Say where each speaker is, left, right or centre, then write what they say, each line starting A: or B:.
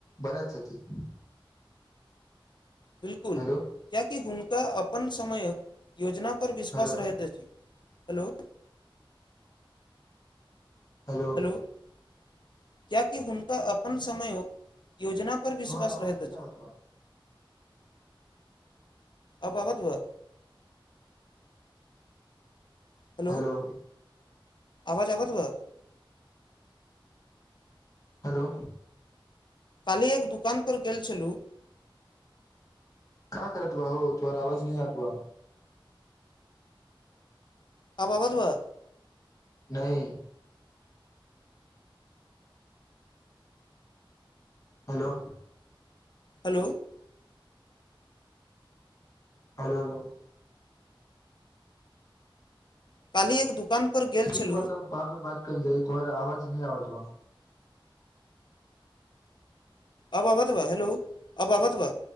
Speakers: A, on the left; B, on the left.
A: बनेत छथि
B: बिलकू
A: हेलो
B: कियकि हुनका अपन समयक योजना पर विश्वास
A: हेलो
B: रहैत अछि हेलो
A: हेलो
B: कियाकि हुनका अपन समयो योजना पर विश्वास
A: तोहर आवाज
B: रहैत
A: नहि
B: अछि
A: आवत बा
B: आबऽ बतबऽ हेलो
A: हलो
B: आवाज आबत बा
A: हेलो
B: काल्हि एक दोकान पर गेल छलु
A: का करत बा हो तोहर आवाज नहि आत बा
B: आब आबत बा
A: नहि हेलो
B: हेलो
A: हलो हलो
B: काल्हि एक दुकान पर गेल
A: ठीक
B: छलु
A: बात तऽ बादमे बात मे बत कइल जाइ तोहर आवाज नय आबत बा
B: अब आबत बा हेलो अब आबत बा